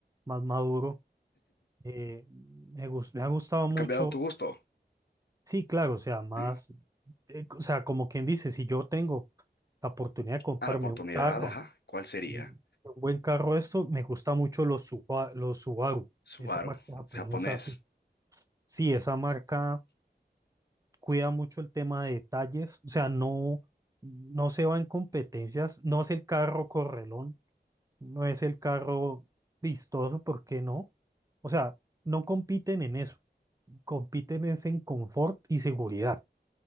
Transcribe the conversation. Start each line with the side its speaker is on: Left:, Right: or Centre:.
Right: más maduro, eh, me gus- me ha gustado mucho,
Left: ¿ha cambiado tu gusto?
Right: sí, claro, o sea, más,
Left: ¿Sí?
Right: eh, o sea, como quien dice, si yo tengo la oportunidad de comprarme
Left: A la oportunidad,
Right: un carro,
Left: ajá, ¿cuál sería?
Right: eh, un buen carro, esto, me gusta mucho los, Suba- los Subaru,
Left: Subaru,
Right: esa marca pues
Left: japonés,
Right: no es así. Sí, esa marca cuida mucho el tema de detalles, o sea, no, no se va en competencias, no es el carro correlón no es el carro vistoso, ¿por qué no? O sea, no compiten en eso, compiten es en confort y seguridad.